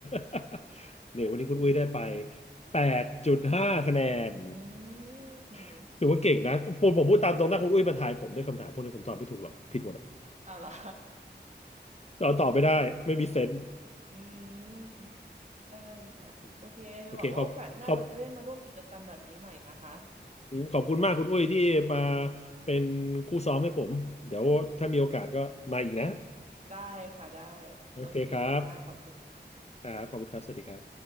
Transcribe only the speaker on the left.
<laughs> เนี่ยวันนี้คุณอุ้ยได้ไปแปดจุดห้าคะแนน
<laughs> ถือว่าเก่งนะผมผมพูดตามตรงหน้าคุณอุ้ยมาทายผมด้วยคำถามพวกนี้ผมตอบไม่ถูกหรอกผิดหมดอ่ะ
<laughs> ตอบตอบไม่ได้ไม่มีเซนส์
อืม
โอเคขอบขอบ
อืมขอบคุณมากคุณอุ้ยที่มาเป็นคู่ซ้อมให้ผมเดี๋ยวถ้ามีโอกาสก็มาอีกนะ
<laughs> โอเคครับ
ครับขอบคุณครับสวัสดีครับ